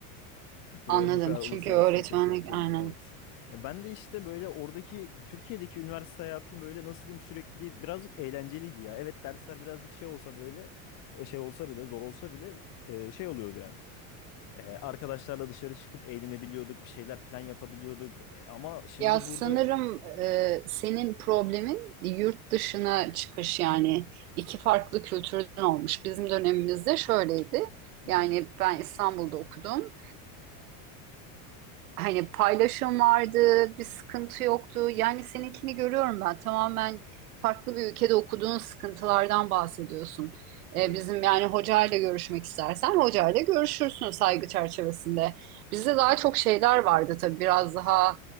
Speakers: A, on the left; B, on the right.
A: <laughs> Buraya
B: Anladım.
A: hukuka,
B: Çünkü
A: uluslararası
B: öğretmenlik
A: hukuka şey yapacağını.
B: aynen.
A: Evet. Ya ben de işte böyle oradaki Türkiye'deki üniversite hayatım böyle nasıl diyeyim sürekli birazcık eğlenceliydi ya. Evet dersler birazcık şey olsa böyle e, şey olsa bile zor olsa bile e, şey oluyordu yani. Ee, arkadaşlarla dışarı çıkıp eğlenebiliyorduk, bir şeyler plan yapabiliyorduk. E, ama şimdi
B: Ya sanırım
A: burada... e,
B: e, senin problemin yurt dışına çıkış yani iki farklı kültürden olmuş. Bizim dönemimizde şöyleydi.
A: Hı
B: Yani
A: hı.
B: ben İstanbul'da okudum hani paylaşım vardı, bir sıkıntı yoktu. Yani seninkini görüyorum ben. Tamamen farklı bir ülkede okuduğun sıkıntılardan bahsediyorsun.
A: Evet,
B: Ee, bizim yani hocayla görüşmek istersen hocayla görüşürsün saygı çerçevesinde. Bizde
A: kesinlikle.
B: daha çok şeyler vardı tabii biraz daha